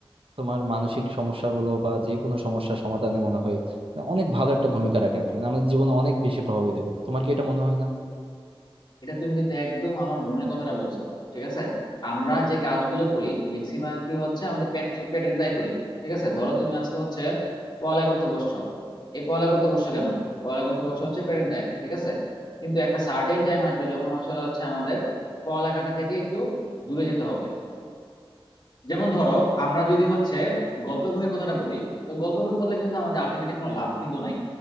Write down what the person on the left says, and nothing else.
এটা তুমি কিন্তু একদম আমার মনের কথাটা বলছো ঠিক আছে আমরা যে কাজগুলো করি ম্যাক্সিমাম কি হচ্ছে আমাদের পেট পেটের দায় করি ঠিক আছে ধরো তুমি আজকে হচ্ছে পড়ালেখা করতে বসছো এই পড়ালেখা করতে বসছো কেন পড়ালেখা করতে বসছো হচ্ছে পেটের দায় ঠিক আছে কিন্তু একটা সার্টেন টাইম আসবে যখন আসলে হচ্ছে আমাদের পড়ালেখাটা থেকে একটু দূরে যেতে হবে যেমন ধরো আমরা যদি হচ্ছে গল্প বইয়ের কথাটা বলি তো গল্প বই পড়লে কিন্তু আমাদের আলটিমেটলি কোনো লাভ কিন্তু নাই